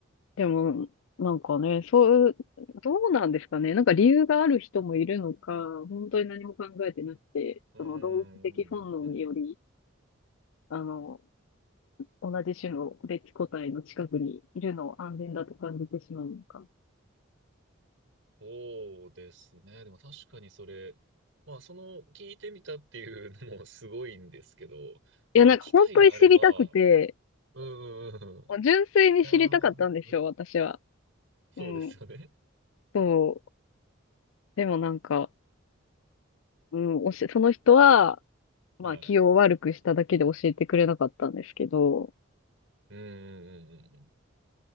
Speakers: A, on the left; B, on the right.
A: でも、なんかね、そう、どうなんですかね。なんか理由がある人もいるのか、本当に何も考えてなくて、
B: うんうんうんうん。
A: その動物的本能により、あの、同じ種の別個体の近くにいるのを安全だと感じてしまうのか。
B: そうですね。でも確かにそれ、まあその聞いてみたっていうのもすごいんですけど、まあ機会があれば、
A: いや、なんか本当に知りたくて、
B: うんうんうんうん。い
A: 純粋に知りたかったんですよ、
B: やー、
A: 私は。
B: そうですよね。
A: うん。そう。でもなんか、うん、おし、その人は、まあ気を悪くしただけで教えてくれなかったんですけど、
B: はい。うんうんうんうん。